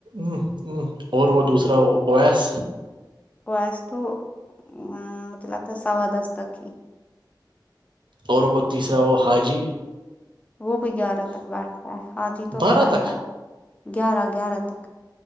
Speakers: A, on the right; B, on the left.
A: ہ ہ اور وہ دوسرا او ایس
B: اویس تو ا مجھے لگتا ہے سوا دس تک ہی
A: اور وہ تیسرا وہ حاجی
B: وہ بھی گیارہ تک بیٹھتا ہے آج ہی تو
A: بارہ
B: بھی بیٹھا
A: تک
B: ہے گیارہ گیارہ تک